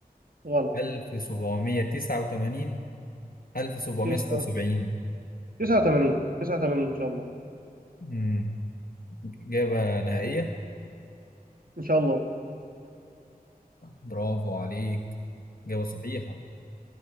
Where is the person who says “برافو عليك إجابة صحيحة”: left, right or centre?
Left